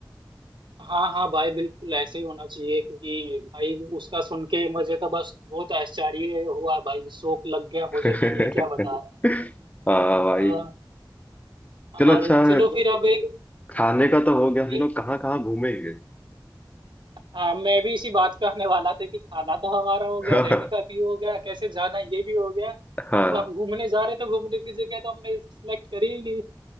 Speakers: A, on the right; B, on the left.
A: हाँ हाँ भाई बिल्कुल ऐसे ही होना चाहिए क्योंकि भाई उसका सुन के मुझे तो बस बहुत आश्चर्य हुआ भाई शौक लग गया
B: <laughs>
A: मुझे कि ये क्या बता रहा है
B: हाँ भाई
A: भाई और
B: चलो अच्छा
A: चलो
B: है।
A: फिर अब एक,
B: खाने का तो हो गया हम
A: एक
B: लोग कहाँ कहाँ घूमेंगे
A: हाँ मैं भी इसी बात पे आने वाला था कि खाना तो हमारा हो
B: <laughs>
A: गया रहने का भी हो गया कैसे जाना ये भी हो गया
B: हाँ
A: अब अब घूमने जा रहे तो घूमने की जगह तो हमने सिलेक्ट करी ही नहीं